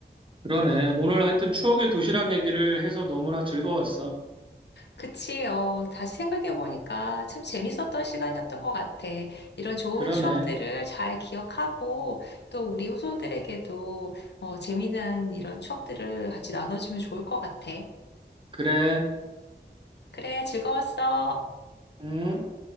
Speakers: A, on the right; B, on the left.
A: 그러네. 오늘 하여튼 추억의 도시락 얘기를 해서 너무나 즐거웠어.
B: 그치, 어, 다시 생각해보니까 참 재밌었던 시간이었던 것 같아. 이런 좋은
A: 그러네.
B: 추억들을 잘 기억하고 또 우리 후손들에게도 어, 재미난 이런 추억들을 같이 나눠주면 좋을 것 같아.
A: 그래.
B: 그래, 즐거웠어.
A: 음.